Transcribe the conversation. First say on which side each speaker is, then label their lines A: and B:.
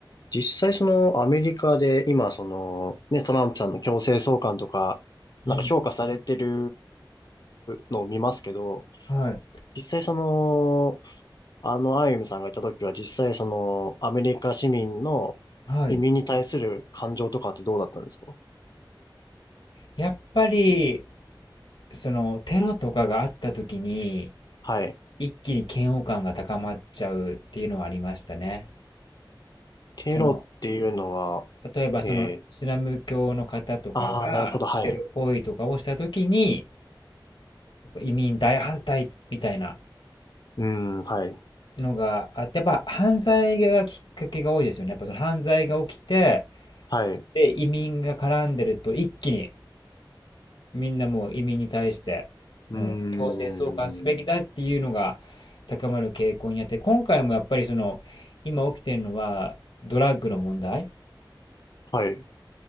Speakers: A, on the left; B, on the left.
A: 実際、その、アメリカで、今、その、ね、トランプさんの強制送還とか、なんか評価されてる
B: うん。
A: のを見ますけど、
B: はい。
A: 実際その、あの、アイユムさんがいた時は、実際その、アメリカ市民の
B: はい。
A: 移民に対する感情とかってどうだったんですか
B: やっぱり、その、テロとかがあった時に、
A: はい。
B: 一気に嫌悪感が高まっちゃうっていうのはありましたね。
A: テロっていうのは、
B: その、例えばそのイスラム教の方とかがテロ行為とかをした時に、
A: えー、ああ、なるほど、はい。
B: やっぱ移民大反対みたいな
A: うーん、はい、
B: のがあって、やっぱ犯罪がきっかけが多いですよね。やっぱその犯罪が起きて、
A: はい。う
B: で、移民が絡んでると一気にみんなもう移民に対して、
A: ーん、
B: もう強制送還すべきだっていうのが高まる傾向にあって、今回もやっぱりその、今起きてるのはドラッグの問題。
A: はい、